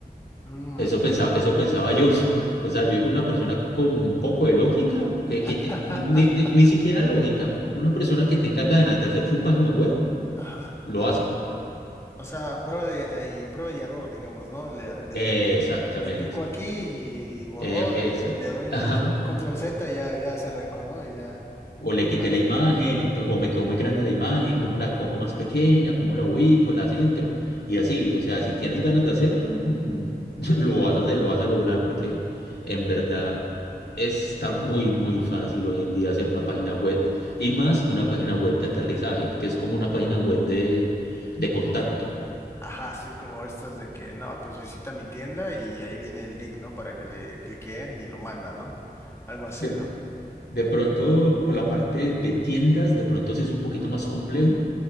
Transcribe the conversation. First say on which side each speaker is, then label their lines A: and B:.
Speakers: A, on the left; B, on the left.
A: Mm,
B: Eso
A: sí.
B: pensaba, eso pensaba yo. <laughs> O sea, yo digo una persona con un poco de lógica, que,
A: <laughs>
B: que te- ni, ni ni siquiera lógica, una persona que tenga ganas de hacer su página web
A: Ajá.
B: Lo hace.
A: O sea, prueba de, eh, y prueba y error, digamos, ¿no? Le, le,
B: Exactamente.
A: le- le picó aquí y borró,
B: Eh, esa.
A: eh, le doy
B: <laughs> Ajá.
A: control, control Z y ya, ya se arregló, ¿no? Y ya.
B: O le quité
A: as-
B: la imagen, ento- o me quedó muy grande la imagen, cómo la pongo más pequeña, cómo la ubico, la centro. Y así, o sea, si tienes ganas de hacerlo, mm, <laughs> lo vas a hacer, lo vas a lograr porque en verdad está muy, muy fácil hoy en día hacer una página web y más una página web de aterrizaje, que es como una página web de, de contacto.
A: Ajá, así como estas de que, no, pues visita mi tienda y ahí viene el link, ¿no? Para que le cliquen y lo manda, ¿no? Algo así,
B: De,
A: ¿no?
B: de pronto, por la parte de tiendas, de pronto sí es un poquito más complejo